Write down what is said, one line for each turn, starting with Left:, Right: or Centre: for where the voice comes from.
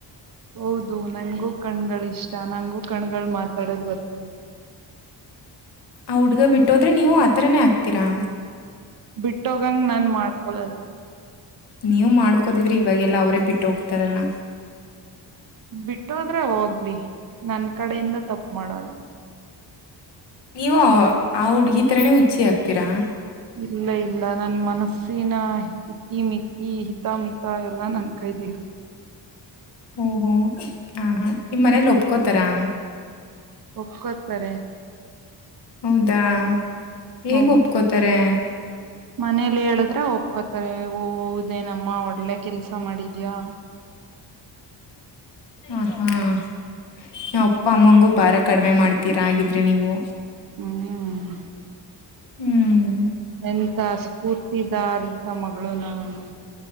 Right: ಹೌದು ನಂಗಗೂ ಕಣ್ಗಳು ಇಷ್ಟ ನಾನ್ಂಗು ಕಣ್ಗಳು ಮಾತಾಡೋದು ಗೊತ್ತಾಗ
Left: ಆ ಹುಡ್ಗ ಬಿಟ್ಟೋದ್ರೆ ನೀವು ಆತರನೇ ಹಾಕ್ತೀರಾ
Right: ಬಿಟ್ಟ ಹೋಗಹಂಗ ನಾನ್ ಮಾಡ್ಕೊಳಲ್ಲ.
Left: ನೀವ್ ಮಾಡ್ಕೋದಿದ್ರಿ ಇವಾಗೆಲ್ಲಾ ಅವರೇ ಬಿಟ್ಟ ಹೋಗ್ತಾರಲ್ಲ.
Right: ಬಿಟ್ಟೋದ್ರೆ ಹೋಗ್ಲಿ ನನ್ ಕಡೆಯಿಂದ ತಪ್ಪ ಮಾಡಲ್ಲ
Left: ನೀವು ಆ ಹುಡ್ಗಿ ತರನೇ ಹುಚ್ಚಿ ಆಗ್ತೀರಾ.
Right: ಇಲ್ಲ ಇಲ್ಲ ನನ್ ಮನಸ್ಸಿನ ಇತಿ ಮಿತಿ ಹಿತ ಮಿತ ಎಲ್ಲಾ ನನ್ ಕೈಲಿ. <inaudible>
Left: ಓಹೋ ಹಾ ಹಾ ನಿಮ್ಮ್ ಮನೇಲಿ ಒಪ್ಕೋತಾರಾ.
Right: ಒಪ್ಕೊತಾರೆ.
Left: ಹೌದಾ ಹೇಗ್
Right: ಹೌದು
Left: ಒಪ್ಕೋತಾರೆ.
Right: ಮನೇಲಿ ಹೇಳುದ್ರೆ ಒಪ್ಕೋತಾರೆ ಓಹ್ ಹೌದ ಏನ್ ಅಮ್ಮ ಒಳ್ಳೆ ಕೆಲ್ಸ ಮಾಡಿದ್ದೀಯಾ.
Left: ಹ ಹಾ ನಿಮ್ ಅಪ್ಪ ಅಮ್ಮಂಗೂ ಬಾರ ಕಡಿಮೆ ಮಾಡ್ತೀರಾ ಹಾಗಗಿದ್ರೆ ನೀವು.
Right: ಹ್ಮ್.
Left: ಹ್ಮ್.
Right: ಎಂತ ಸ್ಫೂರ್ತಿದಾರ ಅಂತ ಮಗಳು ನಾನು.